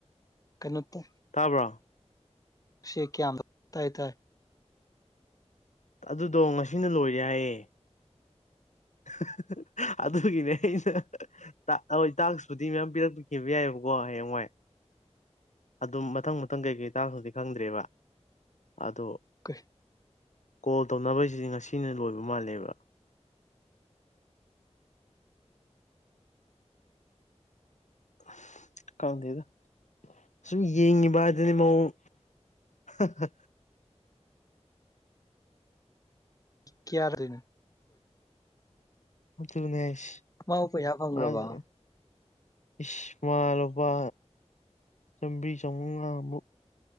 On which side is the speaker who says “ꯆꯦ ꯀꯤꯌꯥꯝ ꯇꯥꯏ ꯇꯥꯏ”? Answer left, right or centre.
Left